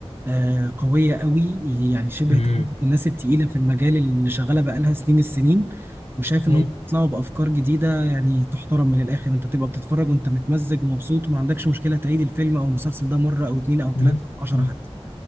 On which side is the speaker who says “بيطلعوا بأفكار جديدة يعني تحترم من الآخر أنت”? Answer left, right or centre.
Right